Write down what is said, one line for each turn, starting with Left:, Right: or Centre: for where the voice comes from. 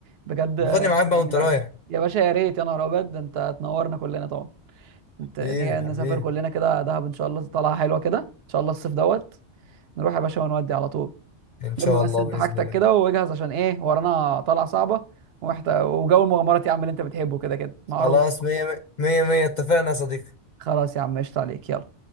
Right: بجد بتبقى
Left: باخدني معاك بقى
Right: جميله
Left: وانت رايح
Right: قوي يا باشا يا ريت يا نهار ابيض ده انت تنورنا كلنا طبعا انت
Left: حبيبي
Right: نيجي
Left: حبيبي
Right: نسافر كلنا كده دهب ان شاء الله طالعه حلوه كده ان شاء الله الصيف دوت نروح يا باشا ونودي على طول
Left: ان
Right: لما
Left: شاء
Right: بس
Left: الله
Right: انت
Left: باذن
Right: حاجتك
Left: الله
Right: كده واجهز عشان ايه ورانا طلعه صعبه ومحتاج وجو المغامرات يا عم اللي انت بتحبه كده كده معروف
Left: خلاص مية مية مية اتفقنا يا صديقي
Right: خلاص يا عم قشطة عليك يلا